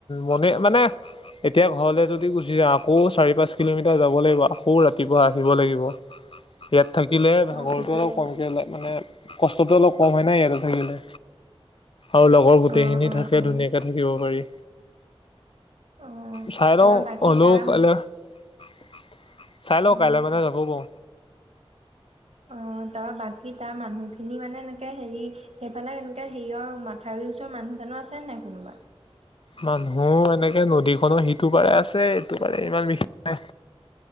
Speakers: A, on the left (about 55°); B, on the right (about 80°).
A: মনে মানে এতিয়া ঘৰলে যদি গুচি যা আকৌ চাৰি পাঁচ কিলোমিটাৰ যাব লাগিব আকৌ ৰাতিপুৱা আহিব লাগিব ইয়াত থাকি শিকিলে ঘৰ দুৱাৰটো
B: অ', সেইটো
A: অলপ
B: হয়
A: কমকৈ
B: বাৰু
A: ও মানে কষ্টটো অলপ কম হয় নাই ইয়াতে থাকিলে আৰু লগৰ গোটেইখিনি
B: অ', অ',
A: থাকে
B: অ',
A: ধুনীয়াকে থাকিব পাৰি
B: অ',
A: চাই লওঁ
B: তাৰপা বাকী
A: হলো
B: তাৰ
A: কাইলে <unintelligible> চাই লৈ
B: অ',
A: কাইলৈ মানে যাবও পাৰো
B: অ তাৰ বাকী তাৰ মানুহখিনি মানে এনেকে হেৰি সেইফালে এনেকে হেৰি মাথাউৰি ওচৰত মানুহ মানুহ আছে নাই কোনোবা
A: মানুহ এনেকে নদীখনো সিটো পাৰে আছে ইটো পাৰে ইমান বিশেষ নাই